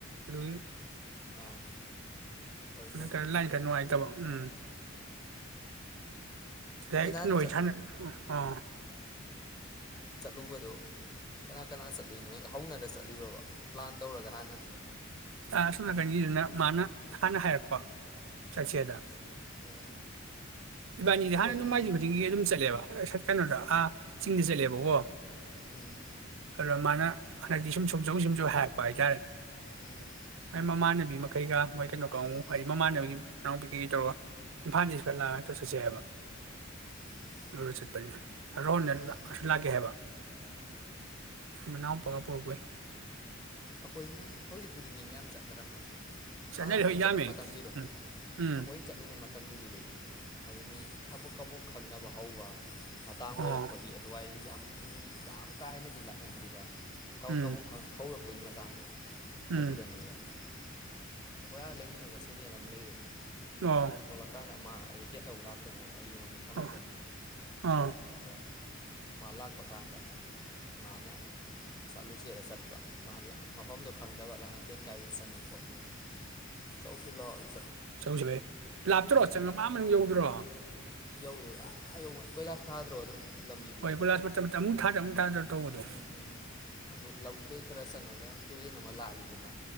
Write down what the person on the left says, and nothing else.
ꯑꯥ ꯍꯣꯏ ꯅꯣꯡ
ꯃꯪꯕꯒꯤ
ꯅꯍꯥꯟ
ꯆꯠ
ꯆꯠꯂꯨꯕꯗꯨ ꯀꯅꯥ ꯀꯅꯥ ꯆꯠꯂꯨꯏꯅꯣ ꯅꯣꯏ ꯍꯧꯅꯔ ꯆꯠꯂꯤꯔꯣꯕ ꯄ꯭ꯂꯥꯟ ꯇꯧꯔꯒ ꯍꯥꯟꯅ
ꯑꯣ
ꯊꯦꯛꯀꯣꯏꯅ
ꯎꯝ
ꯎꯝ
ꯎꯝ
ꯎꯝ
ꯑꯗꯨ
ꯑꯩꯈꯣꯏꯅ ꯍꯧꯖꯤꯛꯄꯨꯗꯤ ꯃꯤ ꯃꯌꯥꯝ ꯆꯠꯅꯔꯝꯕꯅꯤ
ꯍꯥꯟꯅꯣ ꯑꯩꯈꯣꯏꯅ
ꯆꯠꯂꯨꯕ
ꯃꯇꯝꯒꯤꯗꯣ
ꯎ
ꯑꯩꯈꯣꯏꯅ ꯆꯠꯂꯨꯕ ꯃꯇꯝ ꯃꯇꯝꯒꯤꯗꯨꯗꯗꯤ ꯍꯥꯏꯗꯤ ꯃꯤ ꯈꯕꯛ ꯈꯕꯛ ꯈꯪꯅꯕ ꯍꯧꯕ ꯃꯇꯥꯡ ꯑꯣꯏꯔꯛꯄꯒꯤ
ꯑꯗꯨꯋꯥꯏꯒꯤ ꯌꯥꯝ ꯃꯤ ꯌꯥꯝ ꯀꯥ ꯍꯦꯟꯅꯗꯤ ꯂꯥꯛꯅꯗ꯭ꯔꯤꯕ ꯀꯥꯎꯛ
ꯀꯕꯨꯛ ꯍꯧꯛ ꯑꯩꯈꯣꯏꯒꯤ ꯃꯆꯥꯡꯗꯣ
ꯑꯗꯨ ꯅꯤꯕ ꯑꯩꯈꯣꯏ ꯑꯥ ꯂꯩꯃꯤꯟꯅꯕ ꯁꯤꯦꯅꯤꯔ ꯌꯥꯝ ꯂꯩꯌꯦ
ꯌꯨꯝ ꯊꯣꯛꯣꯂꯛꯀꯥꯟꯗ ꯑꯃ ꯔꯦꯀꯦꯠ ꯂꯧꯕ ꯂꯥꯛꯄꯅꯦꯕ ꯑꯩ ꯑꯩꯉꯣꯟꯗ ꯊꯝꯃꯝꯕꯒꯤ
ꯑꯗꯨꯗ ꯃꯥ ꯂꯥꯛꯄ ꯀꯥꯟꯗ ꯃꯥꯅ ꯆꯠꯂꯨꯁꯤꯅ ꯆꯠꯄ ꯃꯐꯝꯗꯣ ꯈꯪꯗꯕ ꯂꯥꯡ ꯑꯊꯦꯟ ꯀꯥꯏꯗꯒꯤꯩ ꯆꯪꯉꯤ ꯈꯣꯠꯂꯤꯗꯣ ꯆꯧꯁꯤ ꯂꯥꯛꯑꯣ
ꯌꯧ ꯌꯧ ꯑꯥ ꯌꯧꯧꯕ ꯀꯣꯏꯂꯥꯁ ꯊꯥꯗ꯭ꯔꯣ ꯑꯗꯨꯝ ꯂꯝꯕꯤꯗꯤ
ꯎꯝ ꯎꯝ ꯑꯗꯨ ꯂꯧꯕꯛꯇ ꯈꯔ ꯆꯪꯉꯒ ꯇꯨꯔꯦꯟ ꯑꯃ ꯂꯥꯂꯤꯗꯅ